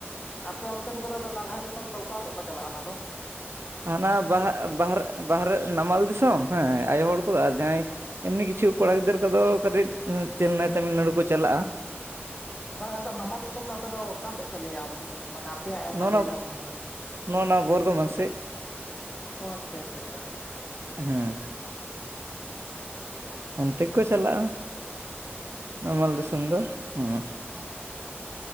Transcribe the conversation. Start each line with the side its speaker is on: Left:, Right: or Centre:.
Left: ᱟᱯᱮ ᱚᱱᱛᱮᱱ ᱠᱚᱫᱚ ᱫᱚ ᱟᱫᱚ ᱱᱟᱞᱦᱟ ᱫᱤᱥᱚᱢ ᱫᱚ ᱚᱠᱟ ᱥᱮᱫ ᱠᱚ ᱪᱟᱞᱟᱜᱼᱟ ᱚᱱᱟ ᱫᱚ?
Right: ᱦᱟᱱᱟ
Left: ᱱᱟᱢᱟᱞ
Right: ᱵᱟᱦ
Left: ᱫᱤᱥᱚᱢ
Right: ᱵᱟᱦᱨᱮ ᱵᱟᱦᱨᱮ ᱱᱟᱢᱟᱞ ᱫᱤᱥᱚᱢ ᱦᱮᱸ ᱟᱭᱳ ᱦᱚᱲ ᱠᱚᱫᱚ ᱟᱨ ᱡᱟᱦᱟᱸᱭᱼᱼ ᱮᱢᱱᱤ ᱠᱤᱪᱷᱩ ᱠᱚᱲᱟ ᱜᱤᱫᱽᱨᱟᱹ ᱠᱚᱫᱚ ᱠᱟᱹᱴᱤᱡ ᱪᱮᱱᱱᱟᱭ ᱛᱟᱹᱢᱤᱞᱱᱟᱹᱲᱩ ᱠᱚ ᱪᱟᱞᱟᱜᱼᱟ ᱾
Left: ᱵᱟᱝ ᱟᱫᱚ, ᱱᱟᱢᱟᱞ ᱫᱤᱥᱚᱢ ᱫᱚ ᱟᱯᱮ ᱫᱚ ᱚᱠᱟ ᱥᱮᱫ ᱯᱮ ᱞᱟᱹᱭᱟ? ᱢᱟᱱᱮᱼᱼ ᱟᱯᱮᱭᱟᱜ ᱚᱱᱟ
Right: ᱱᱚᱜᱼᱱᱟ
Left: ᱡᱟᱭᱜᱟ ᱠᱷᱚᱱ ᱫᱚ
Right: ᱱᱚᱜᱼᱱᱟ ᱵᱚᱨᱫᱷᱚᱢᱟᱱ ᱥᱮᱫ
Left: ᱚ ᱟᱪᱪᱷᱟ ᱟᱪᱪᱷᱟ ᱪᱷᱟ ᱾
Right: ᱦᱮᱸ ᱾ ᱚᱱᱛᱮ ᱠᱚ ᱪᱟᱞᱟᱜᱼᱟ, ᱱᱟᱢᱟᱞ
Left: ᱚ ᱟᱪᱪᱷᱟ
Right: ᱫᱤᱥᱚᱢ
Left: ᱟᱪᱪᱷᱟ
Right: ᱫᱚ ᱦᱩᱸᱼᱼ
Left: ᱦᱮᱸ ᱦᱮᱸ